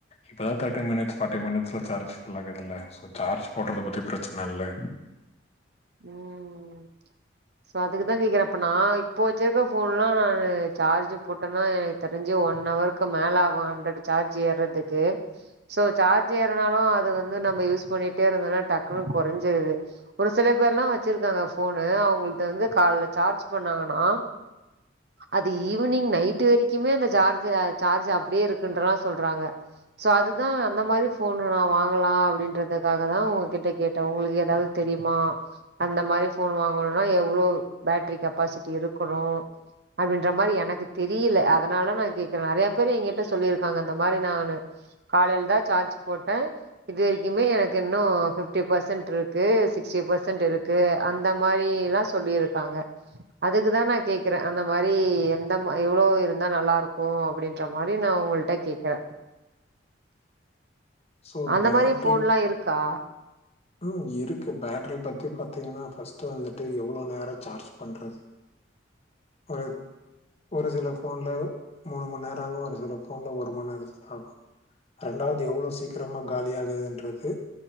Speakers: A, on the left; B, on the right.
A: இப்பதா தேட்டி மினிட்ஸ் பாட்டி மினிட்ஸ்ல சார்ஜ் ஃபுல் ஆகுதுல சோ‌ சார்ஜ் போட்றத பத்தி ப்ரெச்சன இல்ல
B: ம் சோ அதுக்குதா கேக்குற இப்ப நா இப்போ வெச்சிர்க்க ஃபோன்லா நானு சார்ஜு போட்டனா எனக்கு தெரிஞ்சி ஒன் அழருக்கு மேல ஆகு ஹண்ரட் சார்ஜி ஏறதுக்கு சோ சார்ஜ் ஏறனாலு அது வந்து நம்ப யூஸ் பண்ணிட்டே இருந்தோனா டக்குனு கொறஞ்சிடுது ஒரு சில பேர்லா வெச்சிருக்காங்க போனு அவ்ங்குள்து வந்து கால்ல சார்ஜ் பண்ணாங்கனா அது ஈவினிங் நைட்டு வரிக்குமே அந்த சார்ஜு அ சார்ஜ் அப்டியே ருக்குன்றலா சொல்றாங்க சோ அதுதா அந்த மாரி ஃபோனு நா வாங்கலா அப்டின்றதுக்காக தா உங் கிட்ட கேட்ட உங்குளுக்கு எதாவ்து தெரியு மா அந்த மாரி ஃபோனு வாங்கணுனா எவ்ளோ பேட்ரி கெப்பாசிட்டி இருக்குனோ அப்டின்ற மாரி எனக்கு தெரியல அதனால நா கேக்குறே நெறைய பேரு எங்கிட்ட சொல்லியிருக்காங்க அந்த மாரி நானு காலைல் தா சார்ஜ் போட்டே இது வெரிக்குமே எனக்கு இன்னு ஃபிப்டி பெசன்ட்ருக்கு சிக் ஸ்டி பெசன்ட் இருக்கு அந்த மாரி ல்லா சொல்லிருக்காங்க அதுக்குதா நா கேக்குறே அந்த மா ரி எந்த எவ்ளோ இருந்தா நல்லாருக்கு அப்டின்ற மாரி நா உங்குள்ட்ட கேக்குற
A: ஸோ
B: அந்த
A: பேட்டரி
B: மாரி ஃபோன்ல்லா இருக்கா
A: ம் இருக்கு பேட்ரி பத்தி பாத்தீங்ன்னா ஃபஸ்டு வந்துட்டு எவ்ளோ நேரோ சார்ஜ் பண்றது ஒரு ஒரு சில ஃபோன்ல மூணு மண் நேரோ ஆகு ஒரு சில ஃபோன்ல ஒரு மண் நேரத் <inaudible> ஆகு ரெண்டாவ்து எவ்ளோ சீக்கிரமா காலியாகுதுன்றது